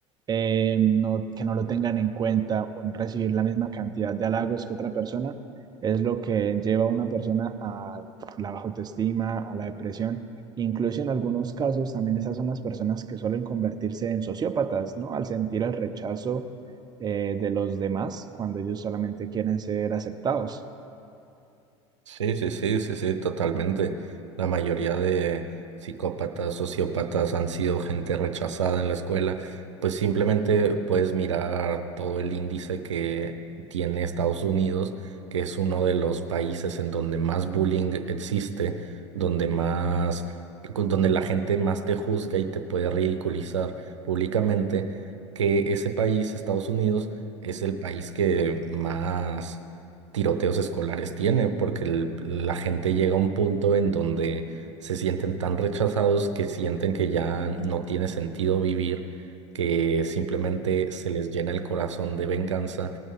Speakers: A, on the right; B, on the right.
A: eh, no, que no lo tengan en cuenta, o no recibir la misma cantidad de halagos que otra persona, es lo que lleva a una persona a la baja autoestima, a la depresión. Incluso en algunos casos también esas son las personas que suelen convertirse en sociópatas, ¿no? Al sentir el rechazo eh, de los demás cuando ellos solamente quieren ser aceptados.
B: Sí, sí, sí, sí, sí, totalmente. La mayoría de psicópatas, sociópatas han sido gente rechazada en la escuela. Pues simplemente puedes mirar todo el índice que tiene Estados Unidos, que es uno de los países en donde más bullying existe, donde más, con- donde la gente más te juzga y te puede ridiculizar públicamente, que ese país, Estados Unidos, es el país que más tiroteos escolares tiene, porque el- la gente llega a un punto en donde se sienten tan rechazados que sienten que ya no tiene sentido vivir, que simplemente se les llena el corazón de venganza